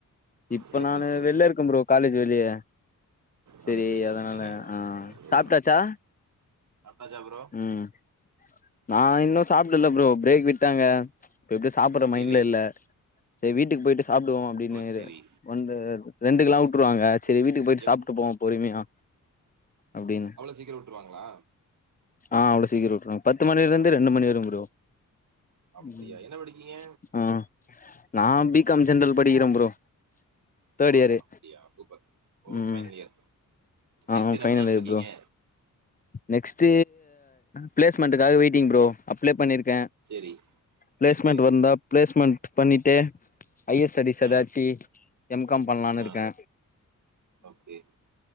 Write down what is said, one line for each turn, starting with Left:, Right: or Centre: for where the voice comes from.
Left: இப்ப
Right: சேரி
Left: நானு
Right: சேரி சேரி
Left: வெளில இருக்கே ப்ரோ காலேஜ் வெளியே செரி
Right: காலேஜ் வெளில
Left: அதனால
Right: இருந்துட்டீங்க
Left: ஆ
Right: சேரி
Left: சாப்பிட்டாச்சா
Right: சாப்ட்டாச்சா ப்ரோ
Left: ம் நா இன்னு சாப்பிடல ப்ரோ பிரேக் விட்டாங்க இப்ப எப்டியோ சாப்படுற மைண்ட்ல
Right: சேரி
Left: இல்ல செரி வீட்டுக்கு போயிட்டு சாப்பிடுவோ அப்டின்னு
Right: ஓ சேரி
Left: வந்து ரெண்டு கெல்லா கூப்புடுவாங்க
Right: ரைட்
Left: செரி
Right: ரைட்
Left: வீட்டுக்கு போயிட்டு
Right: எப்
Left: சாப்பிட்டு போவோ பொறுமையா அப்டின்னு
Right: அவ்ளோ சீக்ரோ விட்ருவாங்களா
Left: ஆ அவ்ளோ சீக்ரோ விட்டுருவாங்க பத்து மணிலே இருந்து ரெண்டு மணி வரயு ப்ரோ
Right: அப்டியா
Left: ம்
Right: என்ன படிக்கீங்க
Left: ஆ நா பி காம் ஜென்ரல் படிக்கிறே ப்ரோ தேட்
Right: ஓ
Left: இயரு
Right: அப்டியா சூப்பர் ஓ
Left: ம்
Right: ஃபைனல் இயர்
Left: ஆமா
Right: நெக்ஸ்ட் என்ன
Left: ஃபைனல்
Right: பண்ணலான்ட்டு
Left: இ்யர்
Right: இருக்கீங்க
Left: ப்ரோ நெக்ஸ்ட் பிளேஸ் மெண்ட்டுகாக வெயிட்டிங் ப்ரோ அப்ளை பண்ணிருக்கே
Right: சேரி
Left: பிளேஸ்மெண்ட்
Right: ரைட்டு
Left: வந்தா பிளேஸ்மெண்ட் பண்ணிட்டே ஹையர் ஸ்டடிஸ் ஏதாச்சு
Right: ஆ
Left: எம் காம் பண்ணலாம்னு
Right: ஆ
Left: இருக்கே
Right: ஓகே.